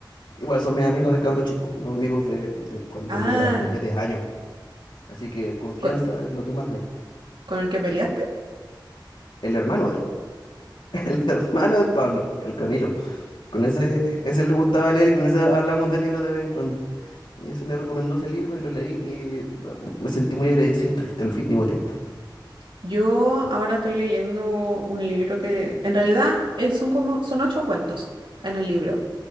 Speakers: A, on the left; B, on the right.
A: Igual son mis amigos de cabro chico, los amigos de, de cuando
B: Ah,
A: yo era, tenía 10 años. Así que confianza
B: ¿con,
A: es lo que más hay.
B: con el que peleaste?
A: El hermano de él, <laughs> el hermano del Pablo, el Camilo. Con ese, ese le gustaba leer y con ese hablamos del libro de vez en cuando. Y eso me recomendó ese libro y lo leí y bueno, me sentí muy agradecido y triste al fin- mismo tiempo.
B: Yo ahora estoy leyendo un libro que en realidad eh, son como, son ocho cuentos en el libro.